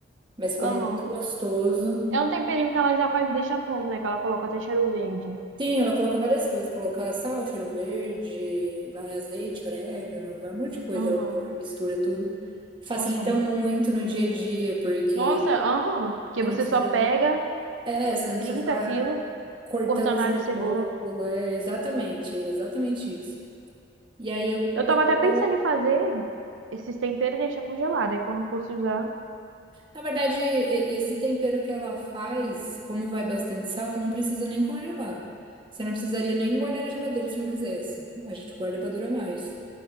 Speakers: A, on the right; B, on the right.
A: mas fica
B: Aham.
A: muito gostoso.
B: É um temperinho que ela já faz, deixa pronto, né? Que ela coloca até cheiro verde.
A: Sim, ela coloca várias coisas. Coloca sal, cheiro verde, vai azeite, orégano, vai um monte de coisa.
B: Aham.
A: Ela coloca, mistura tudo. Facilita
B: Nossa, fica muito
A: muito no dia a dia, porque
B: Nossa, aham, porque
A: você
B: você
A: não precisa,
B: só pega,
A: é, você não
B: frita
A: precisa ficar
B: aquilo,
A: cortando
B: cortando
A: cebola.
B: alho e cebola.
A: É, exatamente, é exatamente isso. E aí eu
B: Eu
A: coloco.
B: tava até pensando em fazer esses temperos e deixar congelado, aí quando fosse usar.
A: Na verdade, e- esse tempero que ela faz, como vai bastante sal, não precisa nem congelar. Você não precisaria nem guardar na geladeira se não quisesse. A gente guarda para durar mais.